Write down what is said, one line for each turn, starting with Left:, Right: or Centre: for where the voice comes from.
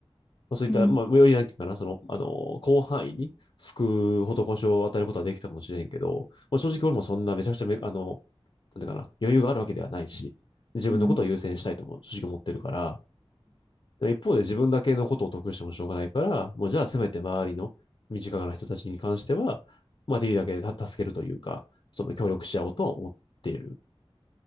Left: まあ、そういった、
Centre: うん、
Left: まあ、よりなんていうかな、その、あの、広範囲に救う施しを与えることはできたかもしれへんけど、まあ、正直俺もそんなめちゃくちゃめ、あの、なんていうかな、余裕があるわけではないし、自分のことを優先したいとも正直思ってるから、
Centre: うん、
Left: 一方で自分だけのことを得してもしょうがないから、もうじゃあせめて周りの身近な人たちに関しては、まあ、できるだけ助けるというか、その協力し合おうとは思っている。